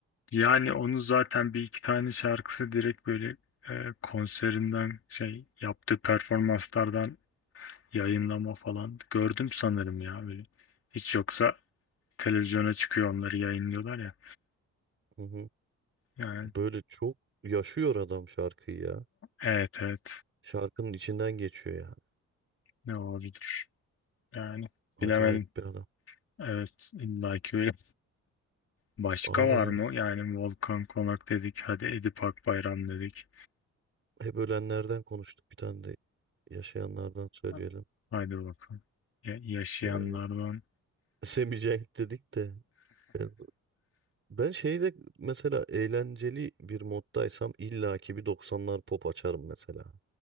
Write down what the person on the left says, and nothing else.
yani onu zaten bir iki tane şarkısı direkt böyle e, konserinden şey yaptığı performanslardan yayınlama falan gördüm sanırım ya böyle. Hiç yoksa televizyona çıkıyor onları yayınlıyorlar ya.
Yani
evet evet
ne olabilir yani
bilemedim.
Evet illa ki öyle. Başka
var
mı? Yani Volkan Konak dedik hadi Edip Akbayram dedik.
Ha. Haydi bakalım. Ya- yaşayanlardan.